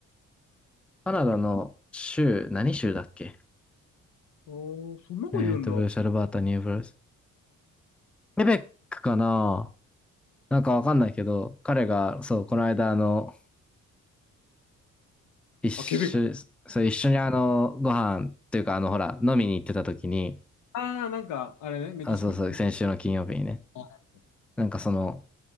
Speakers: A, in the centre; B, on the left.
A: カナダの州、何州だっけ
B: あーそんな子いるんだ。
A: えっと、ブルーシャルバータ、ニューブルース。ケベックかななんかわかんないけど、彼が、そう、この間、あの、一緒、
B: あ、ケベック。
A: そう、一緒にあの、
B: うん。
A: ご飯っていうか、あの、ほら、飲みに行ってた時に、
B: ああ、なんか、あれね、メキシコ。
A: あ、そうそう、
B: <laughs>
A: 先週の金曜日にね。
B: あ
A: なんかその、